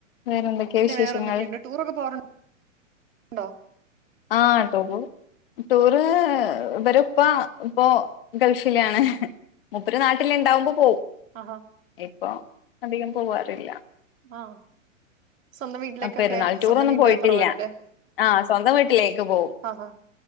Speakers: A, on the left (about 45°); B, on the right (about 80°).
A: വേറെന്തൊക്കെയാ
B: പിന്നെ
A: വിശേഷങ്ങൾ
B: വേറെ എന്തൊക്കെയുണ്ട് ടൂറൊക്കെ പോവാറ് ഉണ്ടോ
A: ആഹ് ടൂറ് ടൂറ് ഇവരിപ്പൊ ഇപ്പൊ ഗൾഫില് ആണ് മൂപ്പര് നാട്ടില് ഇണ്ടാവുമ്പോ പോവും
B: അഹാ
A: ഇപ്പൊ അധികം പോവാറില്ല
B: ആഹ് സ്വന്തം വീട്ടിലേക്കൊക്കെ
A: ആഹ് പെരുന്നാൾ ടൂറൊന്നും
B: സ്വന്തം വീട്ടില്
A: പോയിട്ടില്ല
B: തറവാട്ടില്
A: ആഹ് സ്വന്തം വീട്ടി ലേക്ക് പോവും
B: ആഹാ